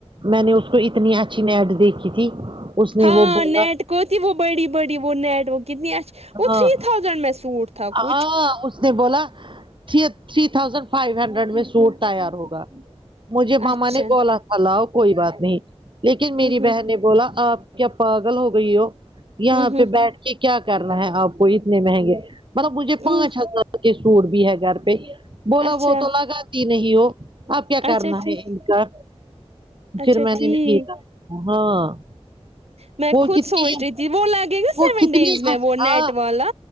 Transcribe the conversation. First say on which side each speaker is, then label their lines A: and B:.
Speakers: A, on the right; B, on the right.
A: میں نے اس کو اتنی اچھی نیڈ دیکھی تھی اس نے
B: ہاں
A: وہ بولا
B: نیٹ کوتی وہ بڑی بڑی وہ نیٹ وہ کتنی اچھا وہ
A: ہاں
B: تھری تھاؤزینڈ میں سوٹ تھا
A: ہاں
B: کچھ
A: اس نے بولا تھ تھری تھازینڈ فائیو ہنڈریڈ میں سوٹ ہوگا مجھے ماما
B: اچھا
A: نے بولا تھا لاؤ کوئی بات نہیں لیکن
B: ہ
A: میری
B: ہ
A: بہن نے بولا آپ کیا پاگل ہو گئی ہو یہاں
B: ہ ہ
A: پہ بیٹھ کے کیا کرنا ہے آپ کو اتنے مہنگے مطلب مجھے
B: ہ
A: پانچ ہزار کے سوٹ بھی ہے گھر پہ بولا
B: اچھا
A: وہ تو لگاتی نہیں ہو اب کیا کرنا
B: اچھا ٹھیک
A: ہے ان کا
B: اچھا
A: پھر میں
B: ٹھیک
A: نے نہیں کہ ہاں
B: میں
A: وہ
B: خود
A: کتنی
B: سوچ رہی تھی وہ لگے گا
A: وہ
B: سیون
A: کتنی
B: ڈیز میں
A: ہاں
B: وہ نیٹ والا